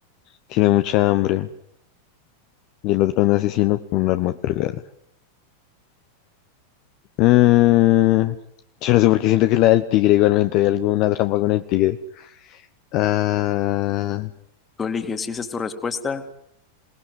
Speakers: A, on the left (about 40°); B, on the left (about 15°).
A: Tiene mucha hambre. Y el otro un asesino con un arma cargada. Mm, yo no sé por qué siento que es la del tigre igualmente. Hay alguna trampa con el tigre. Ah,
B: Tú eliges si esa es tu respuesta.